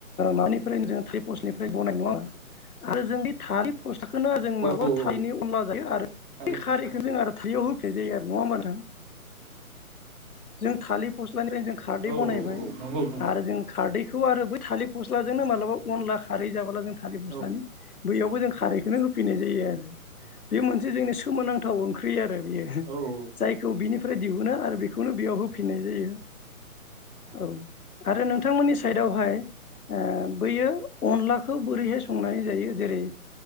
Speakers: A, on the left; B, on the right.
A: माबफ्रायनो जों थालिर पस्लनिफ्राय <unintelligible> बनाय नङा आरो जोंनि फस्लखौनो माबा
B: औ
A: थालिरनि अनला जायो <unintelligible> आरो
B: थालिर
A: बे खारैखौनो
B: फस्लानिफ्राय
A: जों आरो थालिरआव <unintelligible> होफैनाय जायो नङा होमबा नोंथां जों थालिर फस्लानिफ्रायनो जों खारदै
B: औ
A: बानायबाय
B: औ औ नंगौ नंगौ
A: आरो जों खारदै खौ आरो बे थालिर फस्लाजोंनो मालाबा अनला खारै जाबोला जों थालिर फस्लानि
B: औ
A: बैयावबो जों खारैखौनो होफिननाय जायो आरो बे मोनसे जोंनि सोमोनांथाव ओंख्रि आरो बियो
B: औ
A: जायखौ बिनि दिहुनो आरो बेखौनो बेयाव होफिननाय
B: उम
A: जायो। औ आरो नोंथांमोननि साइदआवहाय ओ बैयो अनलाखौ बोरैहाय संनानै जायो जेरै